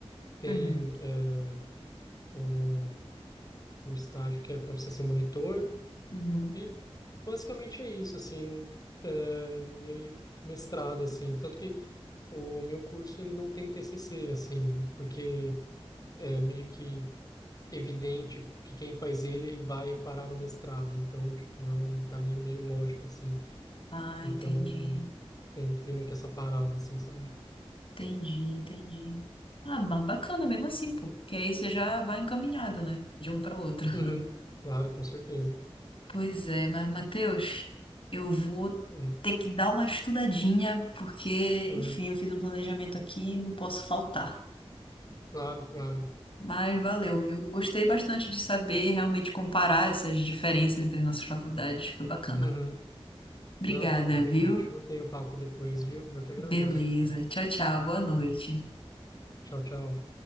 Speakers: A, on the left (about 35°); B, on the left (about 55°).
A: tem
B: Uhum,
A: é, o, o estágio que é para você ser monitor,
B: uhum.
A: e basicamente é isso, assim. É, e aí, mestrado, assim. Tanto que O meu curso ele não tem TCC, assim, porque é meio que evidente que quem faz ele vai parar no mestrado. Então, tipo, é um caminho meio lógico, assim.
B: Ah,
A: Então,
B: entendi.
A: tem, tem meio que essa parada, assim, sabe?
B: Entendi, entendi. Ah, ba- bacana mesmo assim, pô. Que aí você já vai encaminhado, né? De um para outro. <laughs>
A: Uhum, claro, com certeza.
B: Pois é, mas Matheus, eu vou
A: Uhum,
B: ter que dar uma estudadinha, porque,
A: uhum,
B: enfim, eu fiz um planejamento aqui e não posso faltar.
A: claro, claro.
B: Mas valeu, viu? Gostei bastante de saber, realmente comparar essas diferenças entre as nossas faculdades. Foi bacana.
A: Uhum.
B: Obrigada,
A: Não, tá ótimo.
B: viu?
A: A gente mantém o papo depois, viu? Eu que agradeço.
B: Beleza. Tchau, tchau. Boa noite.
A: Tchau, tchau.